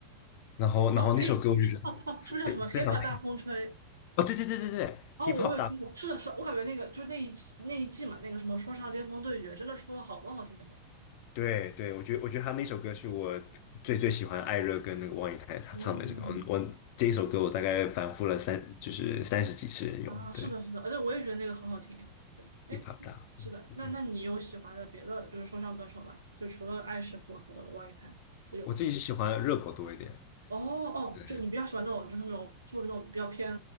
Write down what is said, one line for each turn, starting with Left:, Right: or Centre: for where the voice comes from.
Left: 然后然后那首歌我就觉得非非常。
Right: 哦，K，哦哦，是不是叫什么《K-pop 大风吹》？
Left: 哦，对对对对对，hip
Right: 哦，我我有听过，
Left: hop 大，
Right: 是的，是的，我感觉那个就那一期那一季嘛，那个什么说唱巅峰对决，真的出了好多好听的歌。
Left: 对对，我觉得我觉得他那首歌是我最最喜欢艾热跟那个王以太他唱的这个，
Right: 哦，
Left: 我我这一首歌我大概反复了三就是三十几次有，
Right: 啊，是的，
Left: 对
Right: 是的，呃，对，我也觉得那个很好听。对，哎，
Left: ，hip hop 大，
Right: 是的，
Left: 嗯嗯，
Right: 那那你有喜欢的别的就是说唱歌手吗？就除了艾师傅和王以太，就有
Left: 我自己是喜欢热狗多一点，
Right: 哦哦，
Left: 对，
Right: 就你比较喜欢那种就是那种就是那种比较偏